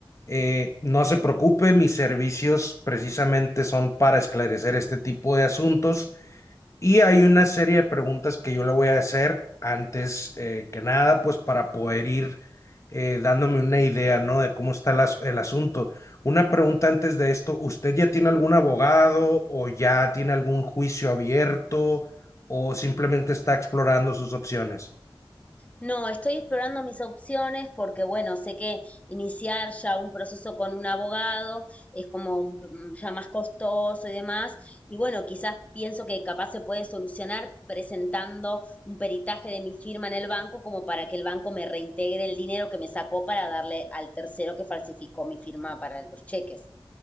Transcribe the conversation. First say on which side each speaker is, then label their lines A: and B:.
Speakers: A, on the left; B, on the left.
A: eh, no se preocupe, mis servicios precisamente son para esclarecer este tipo de asuntos y hay una serie de preguntas que yo le voy a hacer antes eh, que nada, pues para poder ir eh, dándome una idea, ¿no? De cómo está el as- el asunto. Una pregunta antes de esto, ¿usted ya tiene algún abogado o ya tiene algún juicio abierto o simplemente está explorando sus opciones?
B: No, estoy explorando mis opciones porque, bueno, sé que iniciar ya un proceso con un abogado es como un- mm, ya más costoso y demás. Y bueno, quizás pienso que capaz se puede solucionar presentando un peritaje de mi firma en el banco como para que el banco me reintegre el dinero que me sacó para darle al tercero que falsificó mi firma para los cheques.